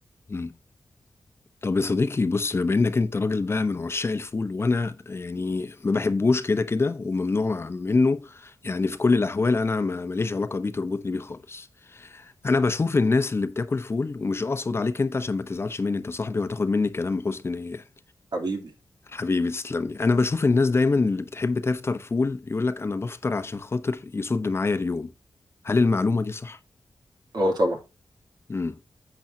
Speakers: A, on the left; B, on the right.
A: مم. طب يا صديقي بص بما انك انت راجل بقى من عشاق الفول وانا يعني ما بحبوش كده كده وممنوع منه يعني في كل الاحوال انا ما- ماليش علاقه بيه تربطني بيه خالص انا بشوف الناس اللي بتاكل فول ومش اقصد عليك انت عشان ما تزعلش مني انت صاحبي وهتاخد مني كلام بحسن نيه يعني
B: حبيبي
A: حبيبي تسلم لي انا بشوف الناس دايما اللي بتحب تفطر فول يقول لك انا بفطر عشان خاطر يصد معايا اليوم هل المعلومه دي صح
B: اه طبعا
A: امم